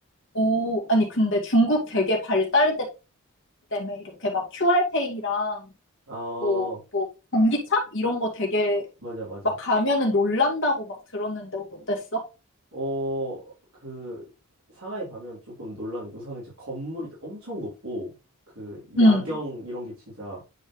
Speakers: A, on the left; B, on the right.
A: 오, 아니, 근데 중국 되게 발달됐 때문에 이렇게 막 QR페이랑
B: 아
A: 뭐, 뭐, 전기차? 이런 거 되게
B: 맞아 맞아.
A: 막 가면은 놀란다고 막 들었는데 어땠어?
B: 어 그 상하이 가면 조금 놀라는 게 우선은 진짜 건물이 엄청 높고 그 야경
A: 응,
B: 이런 게 진짜